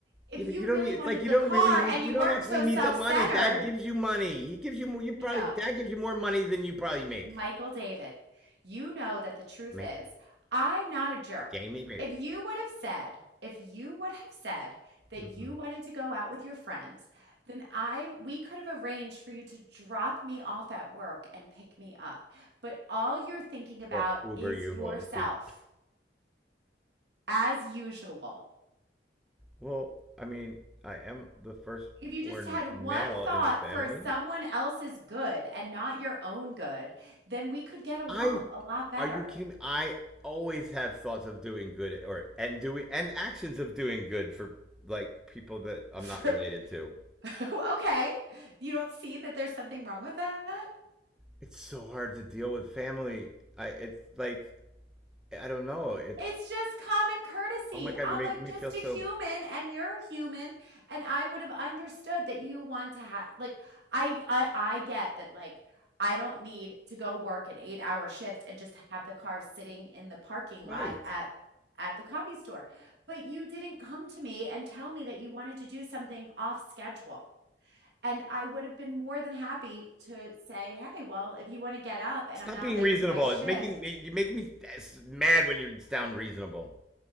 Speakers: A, on the right; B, in the centre.
A: if
B: Yeah,
A: you
B: but you don't
A: really
B: need.
A: wanted
B: It's like you
A: the
B: don't
A: car
B: really need.
A: and you
B: You don't
A: weren't
B: actually
A: so
B: need
A: self
B: the money.
A: centered,
B: Dad gives you money. He gives you more. You
A: no,
B: probably Dad gives you more money than you probably make.
A: Michael David, you know that the truth
B: Make
A: is, I'm not a jerk.
B: Jamie Booth
A: If you would have said, if you would have said that
B: hmm
A: you wanted to go out with your friends, then I we could have arranged for you to drop me off at work and pick me up. But all you're thinking about
B: or Uber
A: is
B: you
A: yourself,
B: home? Because
A: as usual.
B: well, I mean, I am the firstborn
A: If you just had
B: male
A: one thought
B: in the family.
A: for someone else's good and not your own good, then we could get along
B: I
A: a lot better.
B: are you kidding me? I always have thoughts of doing good or and doing and actions of doing good for like people that I'm
A: <laughs> For,
B: not related to.
A: <laughs> okay. You don't see that there's something wrong with that?
B: It's so hard to deal with family. I it's like I don't know. It's
A: It's just common courtesy.
B: oh my God,
A: I'm
B: you're making
A: a,
B: me
A: just
B: feel so
A: a human and you're human and I would have understood that you want to have like I, I I get that like I don't need to go work an 8-hour shift and just have the car sitting in the parking
B: right.
A: lot at at the coffee store. But you didn't come to me and tell me that you wanted to do something off schedule. And I would have been more than happy to say, hey, well, if you want to get up and
B: Stop
A: I'm not
B: being
A: late
B: reasonable.
A: to my shift,
B: It's making me you make me s- mad when you sound reasonable.